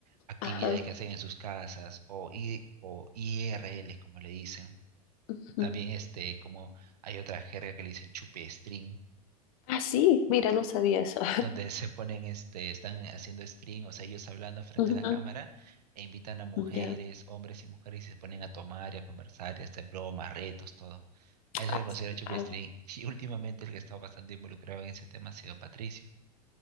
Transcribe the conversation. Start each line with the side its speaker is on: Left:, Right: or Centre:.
Right: actividades
Left: Ajá.
Right: que hacen en sus casas, o, I- o IRLs como le dicen.
Left: ujú.
Right: También este, como hay otra jerga que le dicen chupe stream
Left: Ah, sí, mira, no sabía eso.
Right: donde se ponen, este, están haciendo stream, o sea, ellos hablando frente
Left: <laughs> Ujú,
Right: a la cámara e invitan a mujeres,
Left: Ya.
Right: hombres y mujeres y se ponen a tomar y a conversar y a hacer bromas, retos, todo. A eso
Left: Ah,
Right: le considero
Left: s-
Right: chupi
Left: ah,
Right: stream. <laughs> Y últimamente el que ha estado bastante involucrado en ese tema ha sido Patricio.